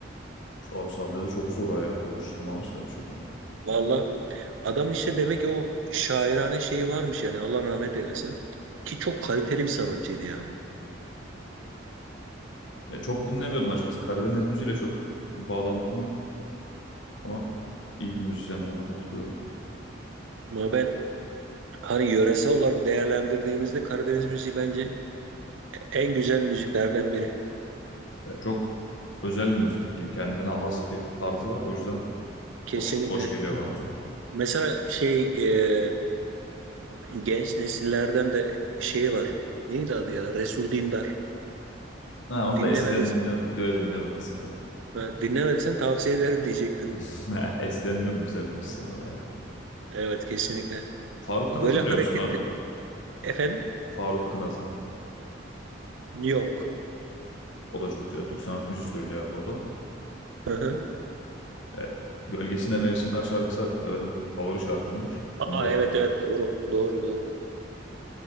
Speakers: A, on the left (about 75°); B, on the right (about 80°).
A: Abi sahnede çok zor o ya. Bu açıklama nasıl yapacak onu?
B: Vallahi Adam işte demek ki o şairane şeyi varmış yani Allah rahmet eylesin. Ki çok kaliteli bir sanatçıydı ya.
A: Ya çok dinlemiyordum açıkçası. Karadeniz müziğiyle çok bağlantım yok. Ama iyi bir müzisyenin ona katılıyorum.
B: Ama ben hani yöresel olarak değerlendirdiğimizde Karadeniz müziği bence en güzel müziklerden biri.
A: Ya çok özel müzik diyeyim. Kendine has bir tarzı var. O yüzden
B: Kesinlikle.
A: hoş, hoş geliyor bana da.
B: Mesela şey e, genç nesillerden de şey var. Neydi adı ya? Resul Dindar.
A: Ha, onu
B: Dinlemediysen,
A: da eskiden dinliyordum. Diyor dinliyordum eskiden.
B: ha, dinlemediysen tavsiye ederim diyecektim.
A: <laughs> Ne, Eskiden dinliyordum güzel bir müzisyen o da ya.
B: Evet kesinlikle.
A: Faruk Tınaz'ı
B: Böyle
A: biliyor
B: hareketli.
A: musun abi?
B: Efendim?
A: Faruk Tınaz'ı.
B: Yok.
A: O da çok güzel. Türk sanat müziği söylüyor abi o da.
B: Hı hı.
A: E, Gölgesinde
B: Hmm.
A: Mevsimler şarkısı hatta benim favori şarkımdır. Onda
B: Aa evet evet doğru. Doğru doğru.